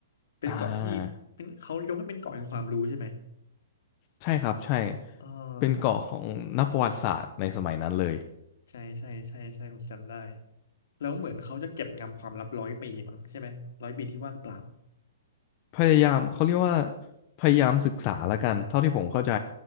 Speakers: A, on the left; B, on the left.
A: เป็นเกาะที่เป็นเขายกให้เป็นเกาะแห่งความรู้ใช่ไหม
B: อ่าใช่ครับใช่
A: เออ
B: เป็นเกาะของนักประวัติศาสตร์ในสมัยนั้นเลย
A: ใช่ใช่ใช่ใช่ผมจำได้ แล้วเหมือนเขาจะเก็บงำความลับร้อยปีมั้งใช่ไหม ร้อยปีที่ว่างเปล่า
B: พยายามเขาเรียกว่าพยายามศึกษาละกันเท่าที่ผมเข้าใจ